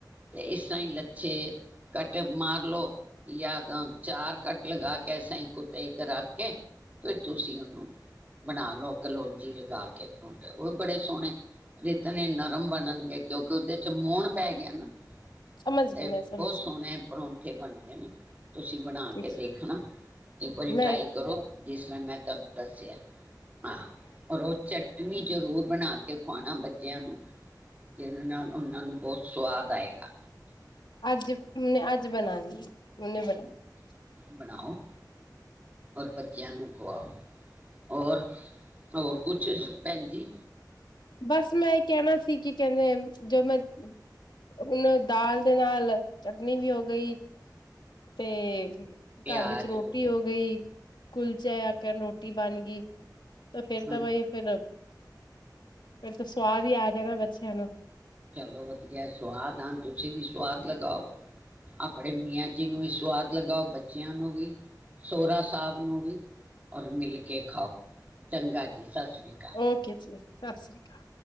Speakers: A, on the right; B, on the left.
A: ਤੇ ਇਸ ਤ ਹੀ ਲੱਛੇ ਕੱਟ ਮਾਰ ਲਓ ਜਾਂਦ ਚਾਰ ਕੱਟ ਲਗਾ ਕੇ ਇਸ ਤ ਹੀ ਕੁੱਤੇ ਰੱਖ ਕੇ ਫਿਰ ਤੁਸੀਂ ਉਹਨੂੰ ਬਣਾ ਲਓ। ਕਲੋਂਜੀ ਲਗਾ ਕੇ ਪਰੋਂਠੇ ਉਹ ਬੜੇ ਸੋਹਣੇ ਇਤਨੇ ਨਰਮ ਬਣਨਗੇ ਕਿਉਂਕਿ ਉਹਦੇ ਚ ਮੋਣ ਪੈ ਗਿਆ ਨਾ।
B: ਸਮਝ
A: ਤੇ
B: ਗਈ ਮੈਂ ਸਮਝ
A: ਬਹੁਤ ਸੋਹਣੇ
B: ਗਈ
A: ਪਰੋਂਂਠੇ ਬਣਣ ਹੈ ਨ ਤੁਸੀਂ ਬਣਾ
B: ਠੀਕ
A: ਕੇ ਦੇਖਣਾ ਇੱਕ ਵਾਰੀ ਟਰਾਈ
B: ਮੈਂ
A: ਕਰੋ। ਜਨੇ ਮੈਂ ਤੁਹਾਨੂੰ ਦੱਸਿਆ ਹਾਂ ਔਰ ਉਹ ਚਟਨੀ ਜੋ ਜ਼ਰੂਰ ਬਣਾ ਕੇ ਖਵਾਣਾ ਬੱਚਿਆਂ ਨੂੰ ਜਿਹਦੇ ਨਾਲ ਉਹਨਾਂ ਨੂੰ ਬਹੁਤ ਸਵਾਦ ਆਏਗਾ
B: ਅੱਜ ਮ ਅੱਜ ਬਣਾ ਲਈ <unintelligible>
A: ਬਣਾਓ ਔਰ ਬੱਚਿਆਂ ਨੂੰ ਖੁਆਓ ਹੋਰ ਹੋਰ ਕੁਛ ਪੰਜੀ
B: ਬਸ ਮੈਂ ਇਹ ਕਹਿਣਾ ਸੀ ਕਿ ਕਹਿੰਦੇ ਜੋ ਮੈਂ ਉਹਨ ਦਾਲ ਦੇ ਨਾਲ ਚਟਨੀ ਵੀ ਹੋ ਗਈ ਤੇ
A: ਪਿਆਜ
B: ਘਰ ਵਿੱਚ ਰੋਟੀ
A: ਗਿਆ
B: ਹੋ ਗਈ ਕੁਲਚੇ <unintelligible> ਰੋਟੀ ਬਨ ਗੀ। ਤਾਂ ਫੇਰ ਤਾਂ
A: ਹਾਂਜੀ
B: ਬਾਈ ਫੇਰ ਫੇਰ ਤਾਂ ਸਵਾਦ ਈ ਆ ਜਾਨਾ ਬੱਚਿਆਂ ਨੂੰ
A: ਚਲੋ, ਵਧੀਏ ਸੁਵਾਦ ਹਨ ਤੁਸੀਂ ਵੀ ਸੁਵਾਦ ਲਗਾਓ ਅਪਨੇ ਮੀਆਂ ਜੀ ਨੂੰ ਵੀ ਸਵਾਦ ਲਗਾਓ ਬੱਚਿਆਂ ਨੂੰ ਵੀ, ਸੋਰਾ ਸਾੱਬ ਨੂੰ ਵੀ ਔਰ ਮਿਲ ਕੇ ਖਾਓ ਚੰਗਾ ਜੀ। ਸਤਿ ਸ਼੍ਰੀ ਅਕਾਲ
B: ਔਕੇ ਜੀ। ਸਤਿ ਸ੍ਰੀ ਕਾਲ।